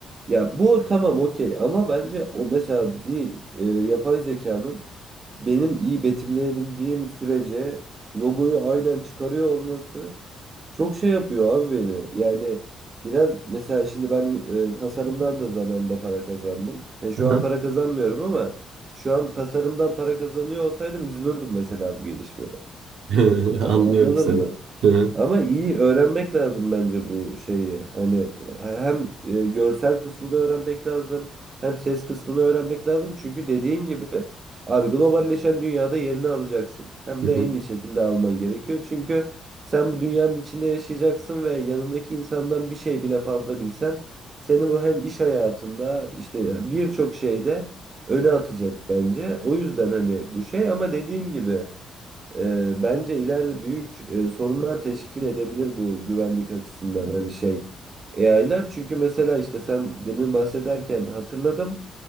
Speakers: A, on the right; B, on the right.
A: Ya bu tamam okey ama bence o mesela bir e, yapay zekanın benim iyi betimleyebildiğim sürece logoyu aynen çıkarıyor olması çok şey yapıyor abi beni. Yani biraz mesela şimdi ben e, tasarımdan da zamanında para kazandım. E, şu
B: Aha.
A: an para kazanmıyorum ama şu an tasarımdan para kazanıyor olsaydım üzülürdüm mesela bu gelişmeye.
B: <laughs> Anlıyorum
A: Hani anladın
B: seni.
A: mı?
B: Hı hı.
A: Ama iyi öğrenmek lazım bence bu şeyi. Hani hem e, görsel kısmını öğrenmek lazım, hem ses kısmını öğrenmek lazım. Çünkü dediğin gibi abi globalleşen dünyada yerini alacaksın. Hem
B: Hı
A: de
B: hı.
A: en iyi şekilde alman gerekiyor. Çünkü sen bu dünyanın içinde yaşayacaksın ve yanındaki insandan bir şey bile fazla bilsen seni bu hem iş hayatında işte birçok şeyde öne atacak bence. O yüzden hani bu şey ama dediğim gibi ee, bence ileride büyük e, sorunlar teşkil edebilir bu güvenlik açısından hani şey AI'lar çünkü mesela işte sen demin bahsederken hatırladım.